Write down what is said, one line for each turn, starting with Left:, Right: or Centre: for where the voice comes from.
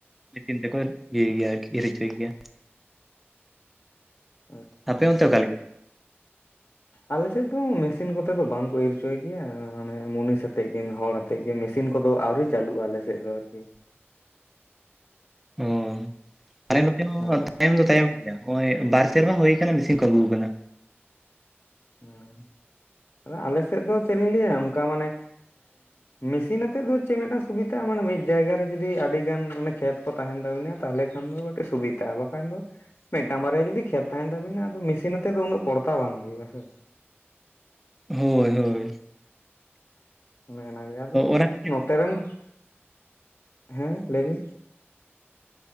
Centre: ᱢᱤᱥᱤᱱ ᱛᱮᱠᱚ ᱤᱭᱟᱹᱭ ᱜᱮᱭᱟ ᱤᱨ ᱦᱚᱪᱚᱭ ᱜᱮᱭᱟ᱾
Left: ᱟᱪᱪᱷᱟ
Centre: ᱟᱯᱮ ᱚᱱᱛᱮ ᱚᱠᱟ ᱞᱮᱠᱟ
Left: ᱟᱞᱮᱥᱮᱫ ᱫᱚ ᱢᱤᱥᱤᱱ ᱠᱚᱛᱮ ᱫᱚ ᱵᱟᱝᱠᱚ ᱤᱨ ᱦᱚᱪᱚᱭ ᱜᱮᱭᱟ, ᱢᱟᱱᱮ ᱢᱩᱱᱤᱥ ᱟᱛᱮᱜ ᱜᱮ ᱦᱚᱲ ᱛᱮ ᱜᱮ ᱢᱤᱥᱤᱱ ᱠᱚᱫᱚ ᱟᱹᱣᱨᱤ ᱪᱟᱹᱞᱩᱜᱼᱟ ᱟᱞᱮᱥᱮᱜ ᱫᱚ ᱟᱨᱠᱤ,
Centre: ᱚ ᱟᱞᱮ ᱱᱚᱛᱮ ᱦᱚᱸ
Left: ᱦᱳᱭ
Centre: ᱛᱟᱭᱚᱢ ᱫᱚ ᱛᱟᱭᱚᱢ ᱱᱚᱜᱼᱚᱭ ᱵᱟᱨ ᱥᱮᱨᱢᱟ ᱦᱩᱭ ᱠᱟᱱᱟ ᱢᱤᱥᱤᱱ ᱠᱚ ᱟᱹᱜᱩ ᱠᱟᱫᱟ᱾
Left: ᱦᱩᱸ ᱟᱫᱚ ᱟᱞᱮ ᱥᱮᱜ ᱫᱚ ᱪᱮᱫ ᱤᱧ ᱞᱟᱹᱭᱟ ᱚᱱᱠᱟ ᱢᱟᱱᱮ ᱢᱤᱥᱤᱱ ᱟᱛᱮᱜ ᱫᱚ ᱪᱮᱜ ᱢᱤᱜᱴᱟᱝ ᱥᱩᱵᱤᱛᱟᱼᱟ ᱢᱟᱱᱮ ᱢᱤᱫ ᱡᱟᱭᱜᱟ ᱨᱮ ᱡᱩᱫᱤ ᱟᱹᱰᱤᱜᱟᱱ ᱢᱟᱱᱮ ᱠᱷᱮᱛ ᱠᱚ ᱛᱟᱦᱮᱱ ᱛᱟᱹᱵᱤᱱᱟ ᱛᱟᱦᱞᱮ ᱠᱷᱟᱱ ᱫᱚ ᱠᱟᱹᱴᱤᱡ ᱥᱩᱵᱤᱛᱟᱼᱟ ᱵᱟᱠᱷᱟᱱ ᱫᱚ ᱢᱤᱜᱴᱟᱝ ᱵᱟᱨᱭᱟ ᱡᱩᱫᱤ ᱠᱷᱮᱛ ᱛᱟᱦᱮᱱ ᱛᱟᱵᱤᱱᱟ ᱟᱫᱚ ᱢᱤᱥᱤᱱ ᱟᱛᱮᱜ ᱫᱚ ᱩᱱᱟᱹᱜ ᱯᱚᱲᱛᱟ ᱵᱟᱝ ᱦᱩᱭᱩᱜᱼᱟ ᱥᱮ᱾
Centre: ᱦᱳᱭ ᱦᱳᱭ
Left: ᱚᱱᱮ ᱚᱱᱟ ᱜᱮ ᱟᱫᱚ
Centre: ᱚᱱᱟ ᱠᱷᱟᱹᱛᱤᱨ
Left: ᱱᱚᱛᱮ ᱨᱮᱱ ᱦᱮᱸ ᱞᱟᱹᱭ ᱵᱤᱱ᱾